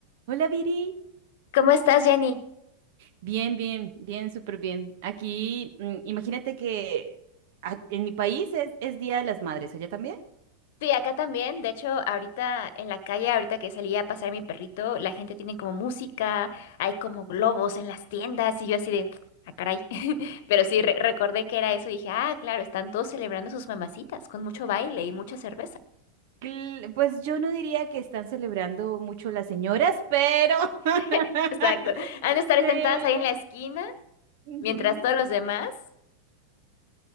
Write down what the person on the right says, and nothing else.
Hola, Viri.
Bien, bien, bien, súper bien. Aquí, mm, imagínate que a- en mi país es, es Día de las Madres, ¿allá también?
Cl- Pues yo no diría que están celebrando mucho las señoras, pero, <laughs>
pero,
ujú,